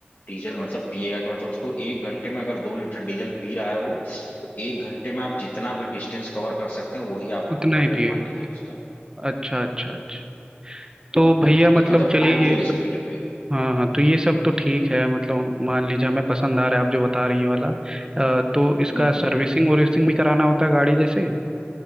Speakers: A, on the left; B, on the right.
A: डीजल मतलब पिएगा कि मतलब उसको एक घंटे में अगर दो लीटर डीजल पी रहा है वो तो एक घंटे में आप जितना भी डिस्टेंस कवर कर सकते हैं वही आप
B: उतना
A: एवरेज
B: ही पिएगा
A: मान लीजिए
B: मतलब
A: उसका
B: अच्छा
A: हम्म।
B: अच्छा अच्छा तो भैया मतलब
A: एक मतलब
B: चलिए
A: आइडियल
B: ये सब
A: स्पीड पे
B: हाँ हाँ तो ये सब तो ठीक है मतलब हम- मान लीजिए हमें पसंद आ रहा है आप जो बता रही हैं वाला अ, तो इसका
A: हम्म हम्म
B: सर्विसिंग वर्विसिंग भी कराना होता है गाड़ी जैसे